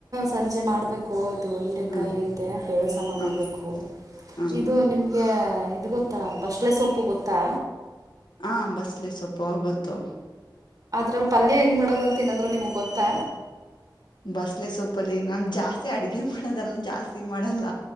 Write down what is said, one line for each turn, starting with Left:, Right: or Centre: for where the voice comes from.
Right: ಸಂಜೆ ಮಾಡಬೇಕು ಇದು ಹೀರೆಕಾಯಿ
Left: ಹ್ಮ್
Right: ಐತೆ ಬೇಳೆ ಸಾಂಬಾರು
Left: ಹ್ಮ್
Right: ಮಾಡಬೇಕು
Left: ಹ್ಮ್
Right: ಇದು ನಿಮಗೆ ಇದು ಗೊತ್ತಾ ಬಸ್ಲೆಸೊಪ್ಪು ಗೊತ್ತಾ
Left: ಹಾ ಬಸ್ಲೆ ಸ್ವಲ್ಪ ಆ ಗತ್ತು
Right: ಅ್ರ ಪಲ್ಯ ಹೆಂಗ್ ಮಾಡೋದು ಅಂತ ನಾದ್ರು ನಿಮ್ ಗೊತ್ತಾ
Left: ಬಸ್ಲೆ ಸೊಪ್ಪಲ್ಲಿ ನಾ ಜಾಸ್ತಿ ಆಡಗೆ ಹಾಗೆ ಮಾಡದೆಲ್ಲ ಜಾಸ್ತಿ ಮಾಡಲ್ಲ